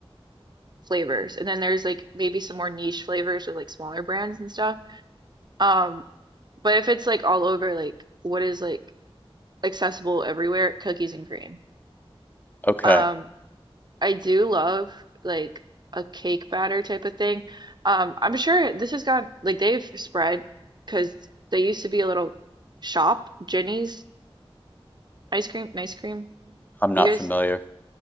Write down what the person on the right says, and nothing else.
flavors, and then there's like maybe some more niche flavors with like smaller brands and stuff. Um, but if it's like all over, like what is like accessible everywhere, cookies and cream.
Um, I do love like a cake batter type of thing. Um, I'm sure this has got like they've spread because they used to be a little shop, Jenny's ice cream, ice cream.
You guys,